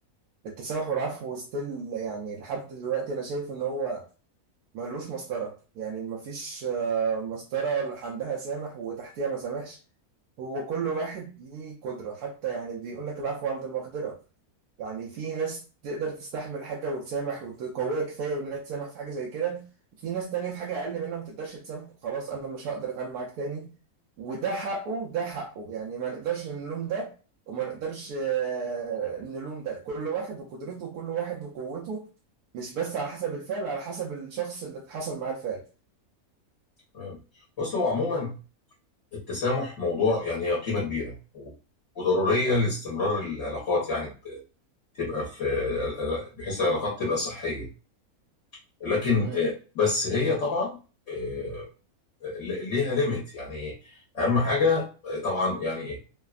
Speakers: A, on the right (about 90°); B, on the left (about 60°).
A: التسامح والعفو ستيل يعني لحد دلوقتي انا شايف ان هو ملوش مسطره يعني مفيش آه، مسطره اللي عندها سامح وتحتها ما سامحش هو كل واحد ليه قدرة حتى يعني بيقول لك العفو عند المقدرة يعني في ناس تقدر تستحمل حاجة وتسامح وقوية كفاية إنها تسامح في حاجة زي كده في ناس تانية في حاجة أقل منها ما تقدرش تسامح وخلاص أنا مش هقدر أتعامل معاك تاني وده حقه ده حقه يعني ما نقدرش نلوم ده وما نقدرش آه، نلوم ده كل واحد وقدرته وكل واحد وقوته مش بس على حسب الفعل على حسب الشخص اللي حصل معاه الفعل
B: تمام. بص هو عموما التسامح موضوع يعني قيمه كبيره و- وضروريه لاستمرار العلاقات يعني ب- تبقى في بحيث العلاقات تبقى صحيه لكن
A: امم
B: آه، بس هي طبعا آه، ل- ليها ليميت يعني اهم حاجه آه، طبعا يعني ايه